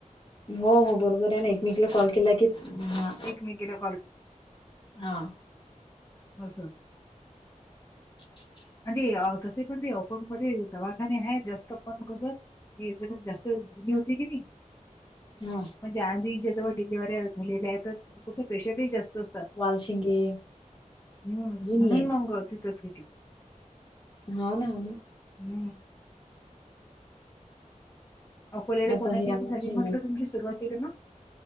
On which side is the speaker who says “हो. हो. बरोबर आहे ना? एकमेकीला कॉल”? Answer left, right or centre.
Left